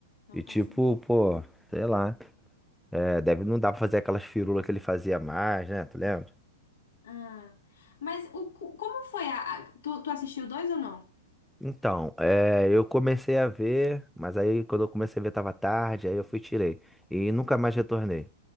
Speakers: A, on the left (about 75°); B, in the centre.
A: Não
B: E
A: faço
B: tipo, pô, sei lá. É, deve não dá pra fazer aquelas firulas que ele fazia mais, né? Tu lembra?
A: Ah, mas o, co- como foi a... a- Tu, tu assistiu dois ou não?
B: Então, é, eu comecei a ver, mas aí quando eu comecei a ver tava tarde, aí eu fui e tirei. E nunca mais retornei.